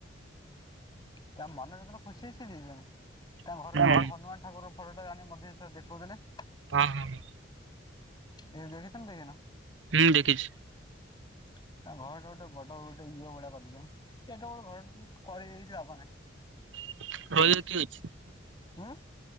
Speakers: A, on the left (about 25°); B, on the right (about 70°).
A: ତା ମନରେତନ ଖୁସି ହେଇଛିି ତାଙ୍କ
B: ହୁଁ
A: ଘର ଘ ଯୋଉ ହନୁମାନ ଠାକୁର ଫଟୋଟା ଆଣି ମଧ୍ୟ ଦେଖଉଥିଲେ।
B: ହଁ ହଁ
A: ଦେ ଦେଖିଛ ଦେଖିନ
B: ହୁଁ ଦେଖିଛି
A: ତା ଘରଟା ଗୋଟେ ବଡ ଗୋଟେ ଇଏ ଭଳିଆ କରିଦଛ ଏଡ଼େ ବଡ଼ ଘରଟେ କରି କିଛି ଲାଭ ନାହିଁ।
B: <unintelligible>
A: ହଁ?